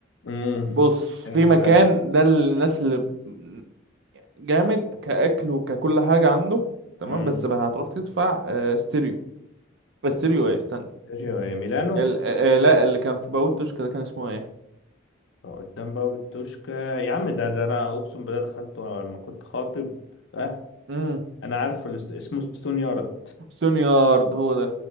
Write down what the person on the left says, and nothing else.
امم
حلو
ده
امم
تيريو ميلانو
قدام باب التوشكا يا عم ده ده انا اقسم بالله دخلته وانا لما كنت خاطب اه
انا عارفه الاست- اسمه ستون يارد